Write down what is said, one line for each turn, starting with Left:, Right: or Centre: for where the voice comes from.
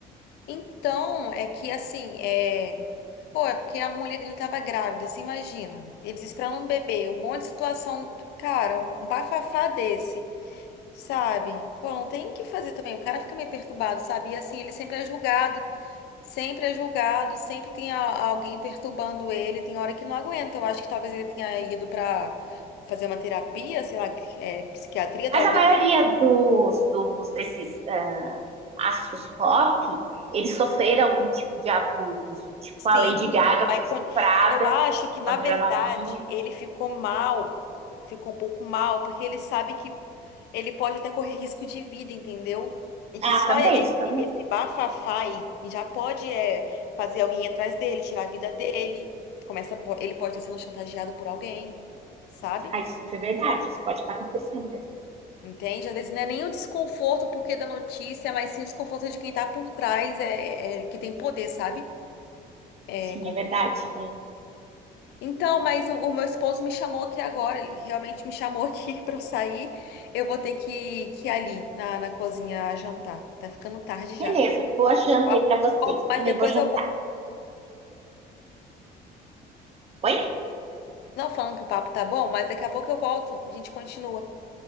Left: Então, é que assim, é. Pô, é porque a mulher dele tava grávida, você imagina. Ele esperando um bebê, um monte de situação, cara, um bafafá desse. Sabe? Pô, não tem o que fazer também. O cara fica meio perturbado, sabe? E assim, ele sempre é julgado, sempre é julgado, sempre tem a- alguém perturbando ele. Tem hora que não aguenta. Eu acho que talvez ele tenha ido pra fazer uma terapia, sei lá, é, psiquiatria, talvez.
Right: Mas a maioria dos, dos desses uh, astros pop, eles sofreram algum tipo de abuso, tipo,
Left: Sim,
Right: a Lady Gaga foi estuprada
Left: Eu acho que, na
Right: quando
Left: verdade,
Right: era novinha.
Left: ele ficou mal, ficou um pouco mal, porque ele sabe que ele pode até correr risco de vida, entendeu? E que
Right: Ah,
Left: só
Right: também,
Left: esse,
Right: isso também.
Left: esse bafafá aí que já pode é, fazer alguém ir atrás dele, tirar a vida dele, começa, po- ele pode estar sendo chantageado por alguém, sabe?
Right: Ah, isso é verdade, isso pode estar acontecendo mesmo.
Left: Entende? Às vezes não é nem o desconforto porque da notícia, mas sim o desconforto de quem tá por trás, é, é- que tem poder, sabe? É
Right: Sim, é verdade. né?
Left: Então, mas o, o meu esposo me chamou aqui agora, ele realmente me chamou aqui <laughs> pra eu sair. Eu vou ter que, que ir ali na, na cozinha jantar. Tá ficando tarde já.
Right: Beleza,
Left: O
Right: boa janta
Left: papo
Right: aí
Left: tá
Right: pra vocês.
Left: Bom,
Right: Eu
Left: mas
Right: também
Left: depois
Right: vou
Left: eu
Right: jantar.
Left: volto.
Right: Oi?
Left: Não falando que o papo tá bom, mas daqui a pouco eu volto. A gente continua.